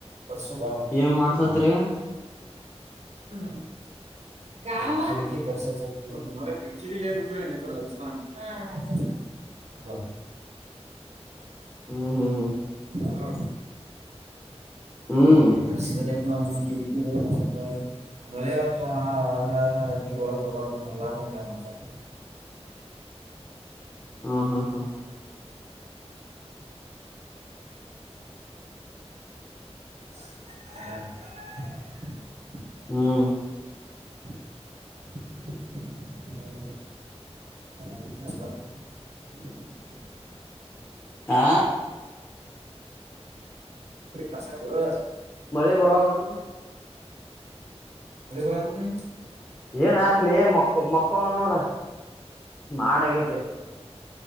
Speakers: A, on the right; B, on the left.
A: ಪರ್ಸುಗಾವ್
B: ಏನ್ ಮಾಡ್ಸತ್ರಿ
A: ಹ ಹ್ಮ್. ಗಾ ಏನಿಕಿ ಪರ್ಶ <unintelligible> ದ ರಕರದು ರಾಜಸ್ಥಾನಥ ಹ.
B: ಹ್ಮ್ ಹ್ಮ್
A: ಹ.
B: ಹ್ಮ್
A: ಹೇ ಪರಸಲೇ. ಕಿಕಿ ಸ್ವಲ್ಪ ಮಳೆ ಆತು ಆದ ನೀರ್ ಒಳಗ್ ಬರ್ಬಾರ್ದು ಬರ್ಲಾದಂಗ ಮಡಸಕ
B: ಹ್ಮ ಹ್ಮ್ ಹ್ಮ್.
A: <unintelligible>
B: ಹ್ಮ್.
A: <unintelligible>
B: ಆ
A: ಪ್ರಿ ಕ್ಲಾಸ ಗುರು.
B: ಮಳೆ ಬರೋಹಾನ್ಗಯ್ತ.
A: ಮಳೆಗುಳ್ ಆಗೋದ.
B: ಏನ. ಲೇ ಮಕ್ಕು ಮಕ್ಕೊಂದ ನೋಡ. ಮಾಡಗೈತೆ.